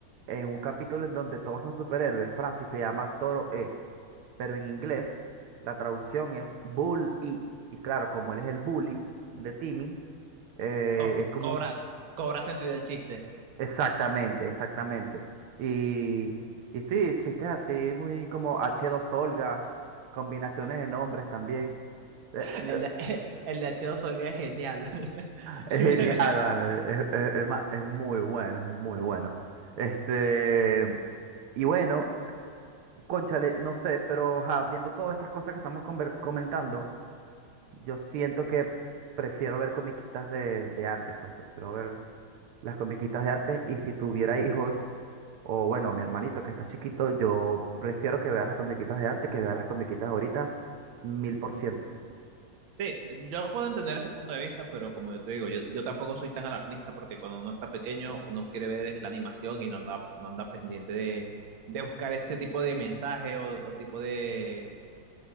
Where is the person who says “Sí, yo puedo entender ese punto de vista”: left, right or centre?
Right